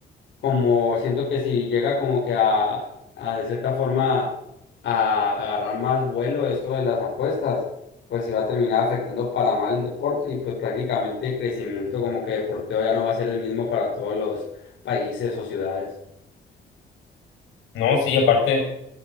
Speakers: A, on the left (about 65°); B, on the left (about 90°).
A: como siento que si llega como que a, a de cierta forma a agarrar más vuelo esto de las apuestas, pues sí va a terminar afectando para mal el deporte y pues prácticamente el crecimiento como que deporteo ya no va a ser el mismo para todos los países o ciudades.
B: No, sí, aparte,